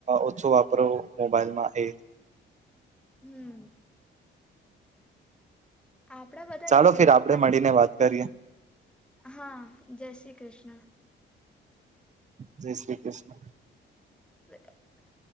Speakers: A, on the right; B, in the centre.
A: ઓછો વાપરવું મોબાઈલમાં એ
B: હમ્મ આપડા બધા
A: ચાલો
B: ઇમ્પ્રુવ
A: ફિર આપડે
B: થાય
A: મળીને વાત કરીએ.
B: હા જય શ્રી કૃષ્ણ.
A: જય શ્રી કૃષ્ણ.
B: <unintelligible>